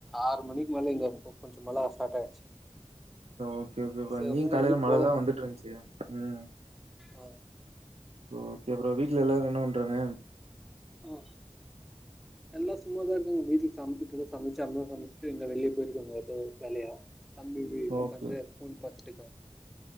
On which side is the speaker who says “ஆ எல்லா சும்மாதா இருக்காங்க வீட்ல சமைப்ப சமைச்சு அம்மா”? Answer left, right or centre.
Centre